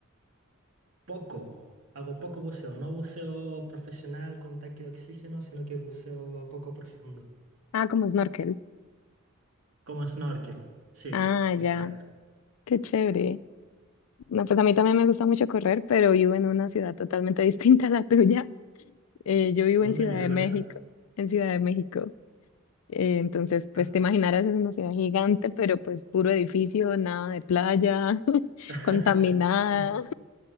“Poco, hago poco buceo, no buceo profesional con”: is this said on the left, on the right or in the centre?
Right